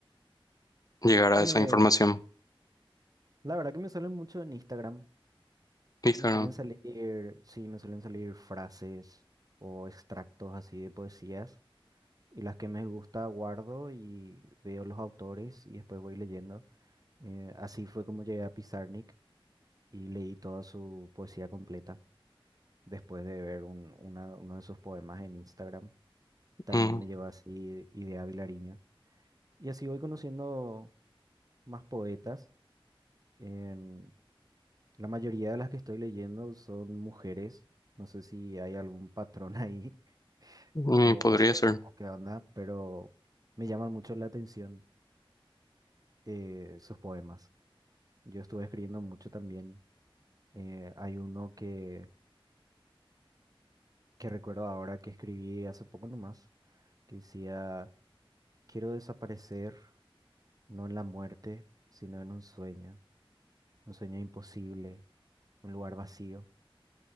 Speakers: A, on the left (about 40°); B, on the right (about 40°).
A: llegar a
B: Eh,
A: esa información.
B: la verdad que me salen mucho en Instagram.
A: Instagram,
B: Me suelen salir, sí, me suelen salir frases o extractos así de poesías y las que me gusta guardo y veo los autores y después voy leyendo. Eh, así fue como llegué a Pizarnik y leí toda su poesía completa después de ver un- una- uno de sus poemas en Instagram. También
A: mm,
B: me llevó así Idea Vilariño. Y así voy conociendo más poetas. En- la mayoría de las que estoy leyendo son mujeres. No sé si hay algún patrón <laughs> ahí
A: mm,
B: o,
A: podría
B: o qué,
A: ser,
B: o qué onda, pero me llaman mucho la atención eh, sus poemas. Yo estuve escribiendo mucho también. Eh, hay uno que, que recuerdo ahora que escribí hace poco nomás, que decía, quiero desaparecer, no en la muerte, sino en un sueño, un sueño imposible, un lugar vacío.